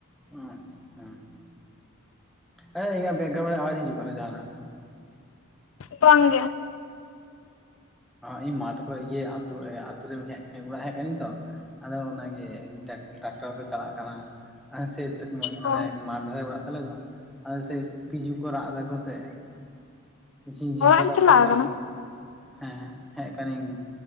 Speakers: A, in the centre; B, on the left.
A: ᱦᱚᱸ ᱦᱚᱸ ᱾ ᱦᱮᱸ ᱤᱧᱟᱹᱜ ᱵᱮᱠᱜᱨᱟᱣᱩᱱ ᱨᱮ ᱟᱣᱟᱪ ᱦᱤᱡᱩᱜ ᱠᱟᱱᱟ ᱡᱟᱦᱟᱱᱟᱜ᱾
B: ᱵᱟᱝ ᱜᱮ᱾
A: ᱤᱧ ᱢᱟ ᱴᱮᱠᱚ ᱤᱭᱟᱹ ᱟᱛᱩ, ᱟᱛᱩ ᱨᱮ ᱦᱮᱜ ᱚᱲᱟᱜ ᱦᱮᱜ ᱟᱠᱟᱱᱟᱧ ᱛᱚᱼᱼ ᱟᱫᱚ ᱚᱱᱟᱜᱮ ᱴᱟᱠ, ᱴᱟᱠᱴᱟᱨ ᱠᱚ ᱪᱟᱞᱟᱜ ᱠᱟᱱᱟ ᱥᱮᱼᱼ ᱢᱟᱱᱮ
B: ᱚ
A: ᱢᱟᱴ ᱫᱷᱟᱨᱮ ᱚᱲᱟᱜ ᱛᱟᱞᱮ ᱫᱚ, ᱟᱞᱮ ᱥᱮ ᱛᱤᱡᱩ ᱠᱚ ᱨᱟᱜ ᱮᱫᱟ ᱠᱚ ᱥᱮᱼᱼ ᱡᱷᱤ ᱡᱷᱤ
B: ᱚᱲᱟᱜ
A: ᱵᱟᱠᱚ
B: ᱮᱢ ᱪᱟᱞᱟᱣ
A: ᱪᱟᱞᱟᱜ
B: ᱟᱠᱟᱱᱟ
A: ᱜᱮ ᱦᱮᱸ ᱦᱮᱜ ᱠᱟᱱᱟᱹᱧ